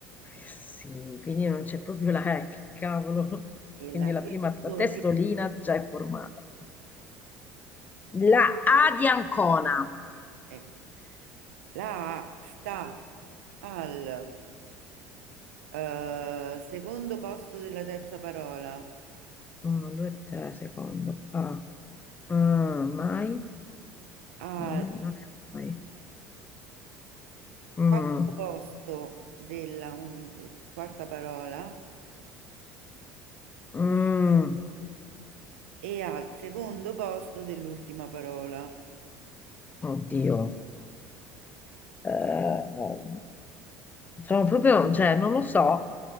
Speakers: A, on the left; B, on the right.
A: Sì, quindi non c'è proprio la E, che cavolo.
B: E
A: Quindi
B: la
A: la
B: testolina.
A: prima, la testolina già è formata. La A di Ancona.
B: Ecco, la A sta al eh, secondo posto della terza parola,
A: 1, 2, 3, secondo. A. Mm, mai.
B: al
A: Mai, non è mai. Mm,
B: quarto posto della un- due- quarta parola
A: mm,
B: e al secondo posto dell'ultima parola.
A: oddio. Eh, sono proprio, cioè, non lo so.